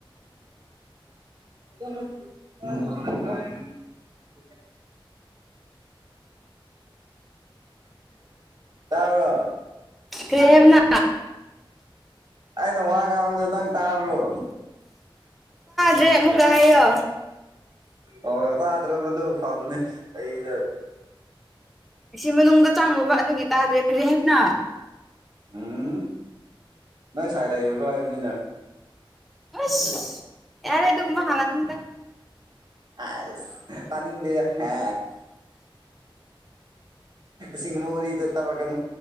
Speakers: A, on the right; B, in the centre.
A: <inaudible> ꯇꯥꯕ꯭ꯔꯣ
B: ꯀꯔꯤ ꯍꯥꯢꯕꯅꯣ
A: ꯑꯩꯅ ꯋꯥ ꯉꯥꯡꯕꯗ ꯅꯪ ꯇꯥ꯭ꯔꯣ
B: ꯑꯗꯨꯦ ꯑꯃꯨꯛ ꯀꯌ
A: ꯍꯣꯏ ꯇꯥꯗ꯭ꯔꯕꯗꯣ ꯐꯕꯅꯦ ꯑꯩꯗ ꯑ
B: ꯑꯩ ꯃꯅꯨꯡꯗ ꯆꯥꯡꯉꯨꯕ ꯑꯗꯨꯒꯤ ꯇꯥꯗ꯭ꯔꯦ ꯐꯔꯦ ꯍꯥꯏꯞꯅ
A: ꯎꯝ ꯅꯣꯏ ꯁꯥꯏꯠ ꯂꯩꯔ ꯍꯥꯏꯕꯅꯤꯅ
B: ꯑꯁ ꯌꯥꯔꯦ ꯇꯃ ꯍꯂ ꯀꯗ
A: ꯑꯦꯁ ꯇꯥꯅꯤ ꯂꯩꯁ ꯁꯤꯡ ꯃꯔꯤꯗꯣ ꯇꯥꯔꯛꯀꯅꯨ